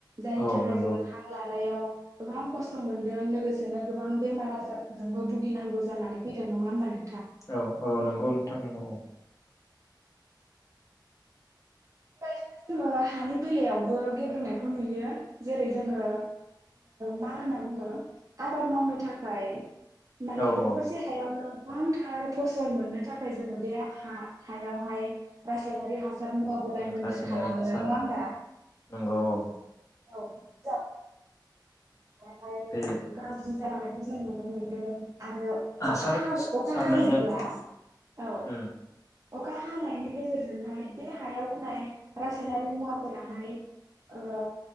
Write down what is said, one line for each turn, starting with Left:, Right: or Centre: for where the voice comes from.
Right: जायनि
Left: औ
Right: थाखाय
Left: नंगौ
Right: जोङो हां लानायाव गोबां खस्थ' मोन दों लोगोसेनो गोबां बेमार आजार जोंबो भुगिनांगौ जानानै फैदों नङा होमबा नों
Left: औ औ नंगौ नोंथां नोंगौ औ।
Right: बेबायदिनो जोङो हानि बेलायावबो गेब्रेंनायखौ नुयो जेरै जोङो मा होनना बुङो आबाद मावनो थाखाय माने
Left: औ
Right: दखरसे
Left: औ
Right: हायावनो गोबांथार फसल मोननो थाखाय जोङो बे हा हायावहाय रासायनारि हासार मुवाफोर
Left: उम
Right: खालामो
Left: रासायनारि हासार
Right: नङा होनबा
Left: नंगौ औ
Right: औ गोबां थार
Left: बे
Right: रासायनिक हासार बाहायब्ला हाया गाज्रि जालांनायखौ जों नुनो मोनदों आरो
Left: हासार
Right: अखा हा अखा
Left: सारनायजों
Right: हायोब्ला औ
Left: उम
Right: अखा हानायनि गेजेरजोंहाय बे हायाव होनाय रासायनारि मुवाफोराहाय ओ